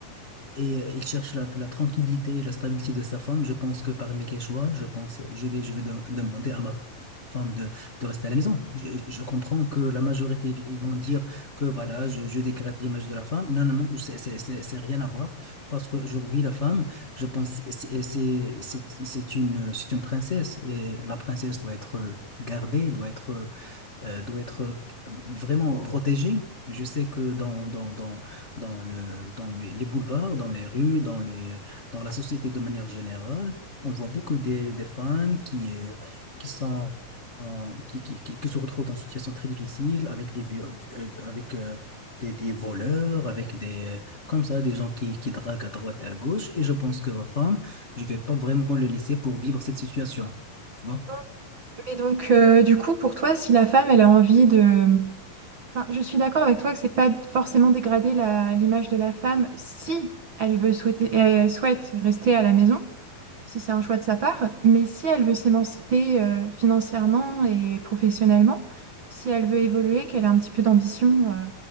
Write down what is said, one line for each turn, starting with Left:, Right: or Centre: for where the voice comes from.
Left: Et euh, il cherche la, la tranquillité et la stabilité de sa femme. Je pense que parmi les choix, je pense, je vais, je vais de- demander à ma femme de, de rester à la maison. Je, je comprends que la majorité, ils ils vont dire que voilà, je, je dégrade l'image de la femme. Non, non, non, c'est c'est- c'est- c'est rien à voir. Parce qu'aujourd'hui, la femme, je pense, c'est c'est- c'est- c'est une, c'est une princesse. Et la princesse doit être euh, gardée, doit être euh, euh, doit être euh, vraiment protégé. Je sais que dans, dans, dans, dans le, dans les les boulevards, dans les rues, dans les, dans la société de manière générale, on voit beaucoup des, des femmes qui, euh, qui sont, en- qui, qui, qui, qui se retrouvent dans une situation très difficile avec des, vi- euh, avec, euh, des, des voleurs, avec des, euh, comme ça, des gens qui, qui draguent à droite et à gauche. Et je pense que ma femme, je vais pas vraiment le laisser pour vivre cette situation. Tu vois?
Right: Donc- Mais donc, euh, du coup, pour toi, si la femme, elle a envie de... Enfin, je suis d'accord avec toi que c'est pas forcément dégrader la- l'image de la femme si elle veut souhaiter, elle souhaite rester à la maison. si c'est un choix de sa part, mais si elle veut s'émanciper euh, financièrement et professionnellement, si elle veut évoluer, qu'elle a un petit peu d'ambition, euh,